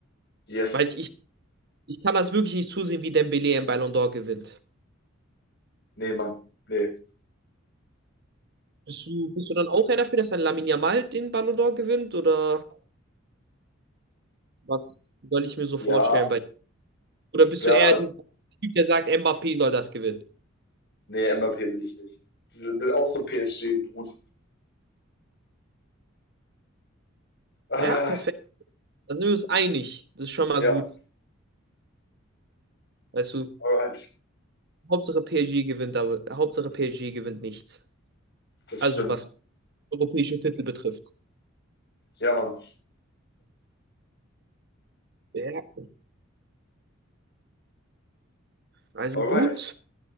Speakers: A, on the left; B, on the right.
A: Yes.
B: Weil ich, Ich kann das wirklich nicht zusehen, wie Dembélé einen Ballon d'Or gewinnt.
A: Nee, Mann. Nee.
B: Bist du, bist du dann auch eher dafür, dass ein Lamine Yamal den Ballon d'Or gewinnt? Oder was soll ich mir so vorstellen
A: Ja,
B: bei dir? Oder bist
A: ja.
B: du eher der Typ, der sagt, Mbappé soll das gewinnen?
A: Nee, Mbappé will ich nicht. Ich will auch so PSG-Brut. Ah,
B: Ja, perfekt. Dann sind wir uns einig. Das ist schon mal
A: ja,
B: gut. Weißt du,
A: alright.
B: Hauptsache PSG gewinnt, aber Hauptsache PSG gewinnt nichts.
A: Das
B: Also
A: stimmt.
B: was europäische Titel betrifft.
A: Ja, Mann.
B: Ja. Also
A: Alright.
B: gut.